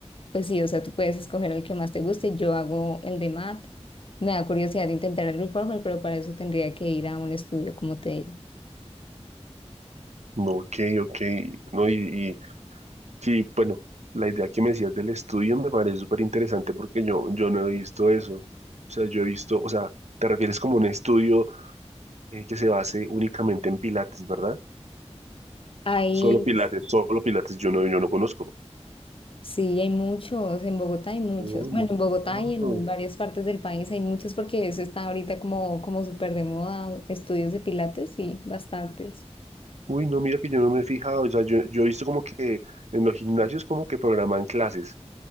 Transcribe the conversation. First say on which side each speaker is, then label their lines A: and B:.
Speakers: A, on the left; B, on the right.
A: pues sí, o sea, tú puedes escoger el que más te guste. Yo hago el de mat. Me da curiosidad intentar el reformer, pero para eso tendría que ir a un estudio, como te digo.
B: No, ok, ok. No, y, y, y, bueno, la idea que me decías del estudio me parece súper interesante porque yo, yo no he visto eso. O sea, yo he visto, o sea, ¿te refieres como un estudio? eh, que se base únicamente en Pilates, ¿verdad?
A: Hay,
B: Solo Pilates, solo Pilates, yo no, yo no conozco.
A: sí, hay muchos, en Bogotá hay muchos.
B: Uy,
A: Bueno, en Bogotá
B: no.
A: y en varias partes del país hay muchos porque eso está ahorita como, como súper de moda, estudios de pilates, sí, bastantes.
B: Uy, no, mira que yo no me he fijado, o sea, yo, yo he visto como que en los gimnasios como que programan clases,